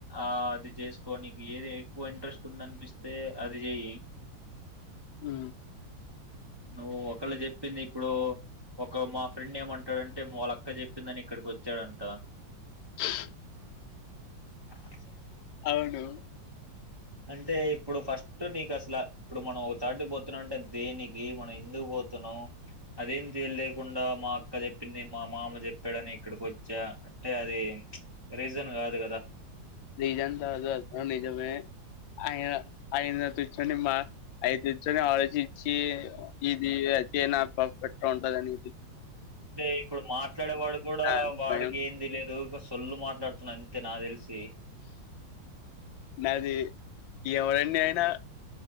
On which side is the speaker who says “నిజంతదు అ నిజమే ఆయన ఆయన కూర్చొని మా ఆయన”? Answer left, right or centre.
Left